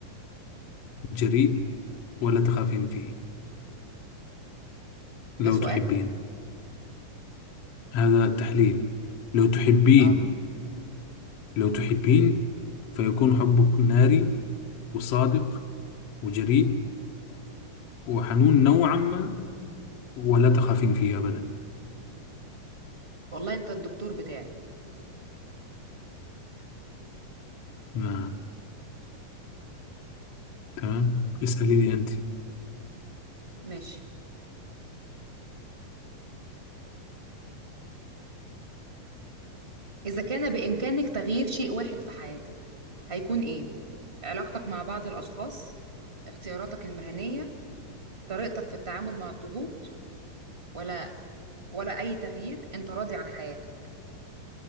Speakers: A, on the left; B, on the right.
A: جريء ولا تخافين فيه
B: ده
A: لو
B: سؤال
A: تحبين هذا تحليل لو تحبين
B: اه
A: لو تحبين فيكون حبك ناري وصادق وجريء وحنون نوعا ما ولا تخافين فيه أبدا
B: والله انت الدكتور بتاعي
A: نعم تمام اسأليني أنت
B: ماشي اذا كان بامكانك تغيير شيء واحد في حياتك هيكون ايه علاقتك مع بعض الاشخاص اختياراتك المهنية طريقتك في التعامل مع الضغوط ولا ولا اي تغيير انت راضي عن حياتك